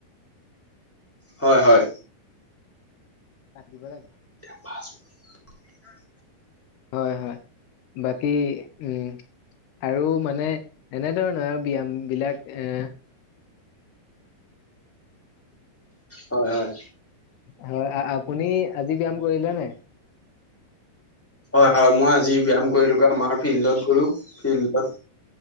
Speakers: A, in the centre; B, on the left (about 80°).
A: হয় হয়।
B: কাতিব লাগে।
A: <unintelligible>
B: হয় হয়, বাকী উম আৰু মানে এনেধৰণৰে ব্যয়ামবিলাক। এ
A: হয় হয়
B: হয়, আপুনি আজি ব্যয়াম কৰিলে নাই?
A: হয়, মই আজি ব্যায়াম কৰিলোঁ আমাৰ ফিল্ডত গলোঁ। ফিল্ডত